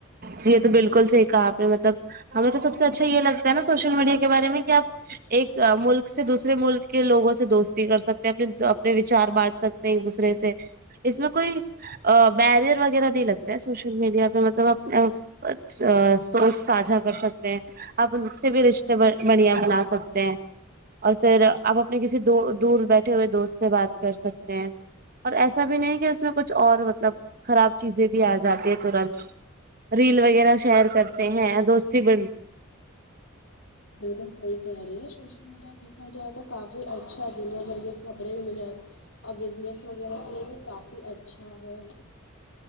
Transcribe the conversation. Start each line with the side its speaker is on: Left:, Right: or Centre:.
Right: جی یہ تو بالکل صحیح کہا آپ نے مطلب ہمیں تو سب سے اچھا یہ لگتا ہے نہ سوشل میڈیا کے بارے میں کہ آپ ایک ملک سے دوسرے ملک کے لوگوں سے دوستی کر سکتے ہیں اپنے اپنے وچار بانٹ سکتے دوسرے سے اس میں کوئی بیریئر وغیرہ نہیں لگتا ہے سوش شل میڈیا پہ مطلب اپنا سوچ ساجھا کر سکتے ہیں آپ ان سے بھی رشتے بڑھ بڑھیا بنا سکتے ہیں اور پھر آپ اپنے کسی دو دور بیٹھے ہوئے دوست سے بات کر سکتے ہیں اور ایسا بھی نہیں کہ اس میں کچھ اور مطلب خراب چیزیں بھی آ جاتی ہے تورنت ریل وغیرہ شیئر کرتے ہیں دوستی بن
Left: بالکل صحیح کہہ رہی ہے سوشل میڈیا دیکھا جائے تو کافی اچھا س دنیا بھر کے خبریں بھی مل جات اور بزنس وغیرہ کے لیے بھی کافی اچھا ہے